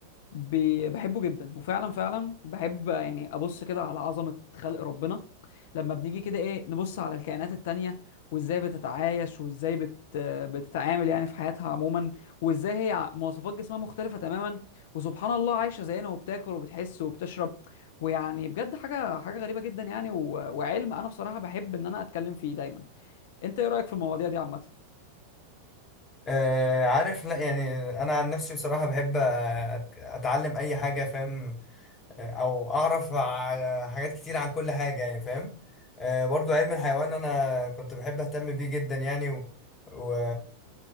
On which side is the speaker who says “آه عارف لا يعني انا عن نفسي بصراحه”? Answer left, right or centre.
Left